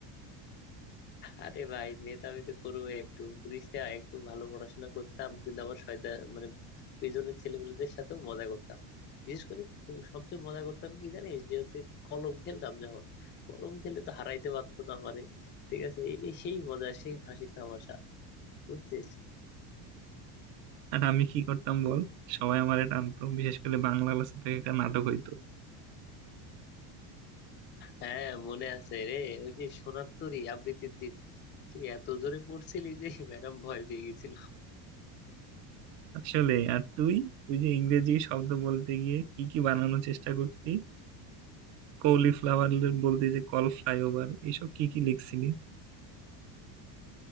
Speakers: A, on the left; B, on the right.
A: আরে ভাই নেতা আমি তো করবো একটু বুঝিস না একটু ভালো পড়াশোনা করতাম কিন্তু আবার শয়তান মানে পেছনের ছেলেপেলেদের সাথেও মজা করতাম বিশেষ করে সবচেয়ে মজা করতাম কি জানিস যে হচ্ছে কলম খেলতাম যখন কলম খেলে তো হারাইতে পারতো না আমারে ঠিক আছে এই নিয়ে সেই মজা সেই হাসি তামাশা বুঝছিস
B: আর আমি কি করতাম বল সবাই আমারে টানতো বিশেষ করে বাংলা ক্লাসে থেকে একটা নাটক হইতো
A: হ্যাঁ মনে আছে রে ওই যে সোনার তরী আবৃত্তির দিন তুই এত জোরে পড়ছিলি যে ম্যাডাম ভয় পেয়ে গেছিল
B: আসলে আর তুই তুই যে ইংরেজি শব্দ বলতে গিয়ে কি কি বানানোর চেষ্টা করতি কলিফ্লাওয়ার বলতে যে কল ফ্লাইওভার এইসব কি কি লিখছিলি